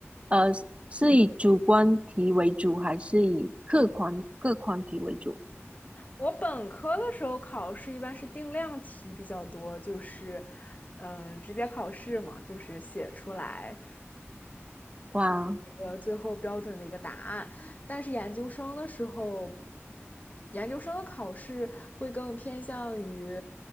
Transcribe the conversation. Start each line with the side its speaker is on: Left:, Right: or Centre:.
Right: 呃，是是以主观题为主，还是以客观客观题为主？
Left: 我本科的时候考试一般是定量题比较多，就是，嗯，直接考试嘛，就是写出来
Right: 哇，
Left: 个最后标准的一个答案。但是研究生的时候研究生的考试会更偏向于，